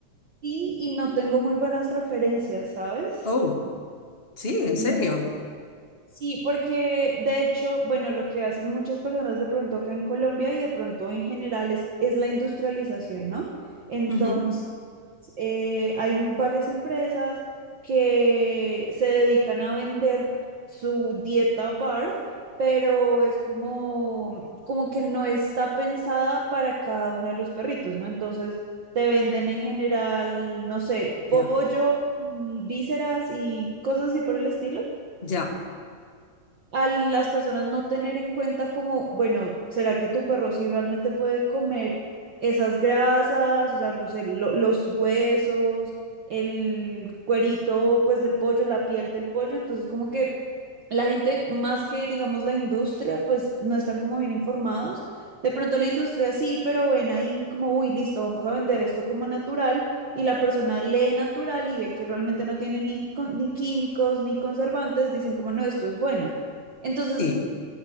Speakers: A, on the right; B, on the left.
A: Sí, y no tengo muy buenas referencias, ¿sabes?
B: Oh, sí, en
A: No.
B: serio.
A: Sí, porque de hecho, bueno, lo que hacen muchas personas de pronto acá en Colombia y de pronto en general es, es la industrialización, ¿no? Entonces,
B: Ujú,
A: eh, hay varias empresas que se dedican a vender su dieta BARF, pero es como, como que no está pensada para cada uno de los perritos, ¿no? Entonces te venden en general, no sé,
B: Ya,
A: pollo y vísceras y cosas así por el estilo
B: ya,
A: a las personas no tener en cuenta como, bueno, ¿será que tu perro sí realmente puede comer esas grasas, o sea, los, el- lo- los huesos, el cuerito pues del pollo, la piel del pollo? Entonces como que la gente, más que digamos la industria, pues no están como bien informados. De pronto la industria sí, pero ven ahí como, uy, listo, vamos a vender esto como natural y la persona lee natural y ve que realmente no tiene ni, con- ni químicos ni conservantes, dicen como, no, esto es bueno. Entonces,
B: sí,